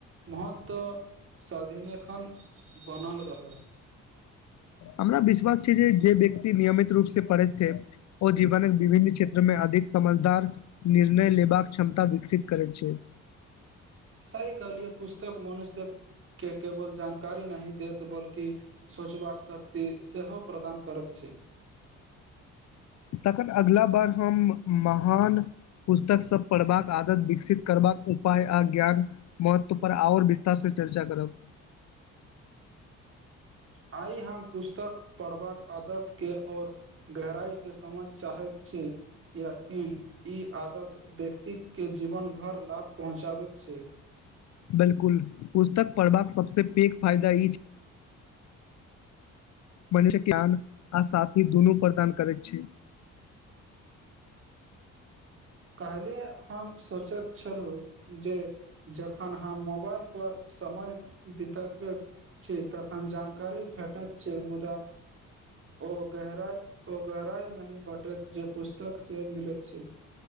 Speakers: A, on the right; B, on the left.
A: महत्व स्वभिलेखन बनल रहत
B: हमरा विश्वास छी जे जे व्यक्ति नियमित रूप से पढ़ैत छै ओ जीवनक विभिन्न क्षेत्र मे अधिक समझदार निर्णय लेबाक क्षमता विकसित करैत छै
A: सही कहलियै पुस्तक मनुष्यक केँ केवल जानकारी नहि देैत बल्कि सोचबाक शक्ति सेहो प्रदान करैत छै
B: तखन अगला बार हम महान पुस्तक सब पढ़बाक आदत विकसित करबाक उपाय आ ज्ञान महत्व पर आओर विस्तार सँ चर्चा करब
A: आइ हम पुस्तक पढ़बाक आदत केँ आओर गहराइ से समझ चाहैत छी कियाकि ई आदत व्यक्ति केँ जीवन भर लाभ पहुँचाबैत छै
B: बिल्कुल पुस्तक पढ़बाक सबसँ पैघ फायदा ई छै मानसिक ज्ञान आ साथीक दुनू प्रदान करैत छी
A: कल्हि हम सोचैत छलहुँ जे जखन हम मोबाइल पर समय बिततबैत छी तखन जानकारी भेटात छै मुदा ओ गहराइ ओ गहराइ नहि भेटैत जे पुस्तक से मिलैत छै